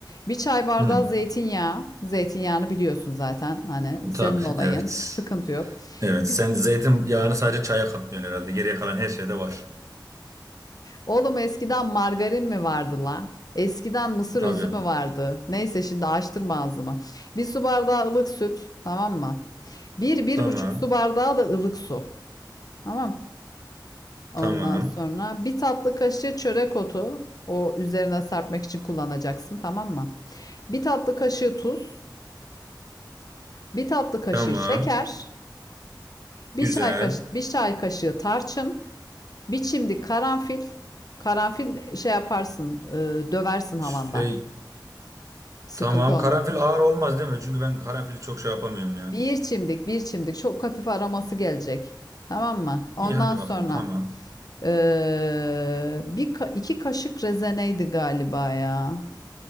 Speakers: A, on the left (about 55°); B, on the right (about 45°).
A: Bir çay bardağı
B: Hı,
A: zeytinyağı. Zeytinyağını biliyorsun zaten hani senin
B: tabii
A: olayın.
B: evet.
A: Sıkıntı yok.
B: Evet
A: Biz
B: sen zeytin yağını sadece çaya katmıyorsun herhalde. Geriye kalan her şeyde var.
A: oğlum eskiden margarin mi vardı la? Eskiden mısır
B: Tabii.
A: özü mü vardı? Neyse şimdi açtırma ağzımı. Bir su bardağı ılık süt tamam mı? Bir, bir
B: Tamam.
A: buçuk su bardağı da ılık su. Tamam. Ondan
B: Tamam.
A: sonra bir tatlı kaşığı çörek otu. O üzerine serpmek için kullanacaksın, tamam mı? Bir tatlı kaşığı tuz, bir tatlı kaşığı
B: Tamam.
A: şeker, bir
B: Güzel.
A: çay kaşığı, bir çay kaşığı tarçın, bir çimdik karanfil. Karanfil şey yaparsın, e, döversin havanda.
B: Şey
A: Sıkıntı
B: tamam
A: olmaz.
B: karanfil ağır olmaz değil mi? Çünkü ben karanfili çok şey yapamıyorum ya.
A: Bir çimdik, bir çimdik. Çok hafif aroması gelecek. Tamam mı? Ondan
B: İyi hadi
A: sonra
B: bakayım tamam.
A: e, bir ka- iki kaşık rezeneydi galiba ya.